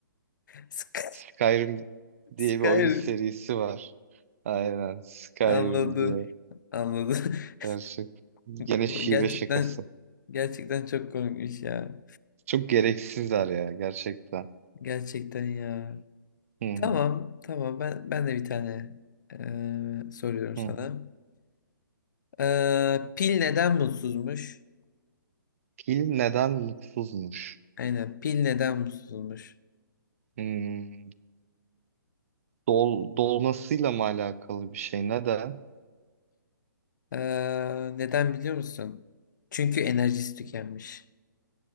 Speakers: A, on the left; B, on the right.
A: <laughs> Sky
B: Skyrim diye
A: Skyrim.
B: bir oyun serisi var. Aynen, Skyrim
A: Anladım.
B: diye.
A: Anladım.
B: Gerçek.
A: <laughs>
B: Gene şive
A: Gerçekten
B: şakası.
A: gerçekten çok komikmiş ya.
B: Çok gereksizler ya, gerçekten.
A: Gerçekten ya.
B: Hı hı,
A: Tamam, tamam. Ben ben de bir tane eee, soruyorum
B: hı
A: sana.
B: hı.
A: Ee, pil neden mutsuzmuş?
B: Fil neden mutsuzmuş?
A: Aynen pil neden mutsuzmuş?
B: Hmm, dol, dolmasıyla mı alakalı bir şey? Neden?
A: Ee, neden biliyor musun? Çünkü enerjisi tükenmiş.